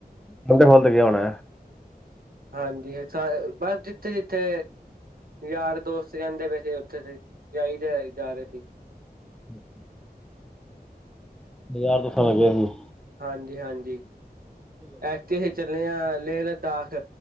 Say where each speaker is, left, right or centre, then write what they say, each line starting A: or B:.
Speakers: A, in the centre; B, on the right.
A: ਬੰਦੇ ਕੋਲ ਤਾ ਗਿਆ ਹੋਣਾ
B: ਹਾਂਜੀ ਅ ਸਾਰੇ ਬਸ ਜਿੱਥੇ ਜਿੱਥੇ ਯਾਰ ਦੋਸਤ ਕਹਿੰਦੇ ਪਏ ਸੀ ਉੱਥੇ ਤੇ ਜਾਈਦਾ ਜਾ ਰਹੇ ਸੀ
A: ਅੱਛਾ ਬਾਜ਼ਾਰ <unintelligible>
B: ਹਾਂਜੀ ਹਾਂਜੀ ਐਥੇ ਚੱਲੇਆ ਲੇਹ ਲਦਾਖ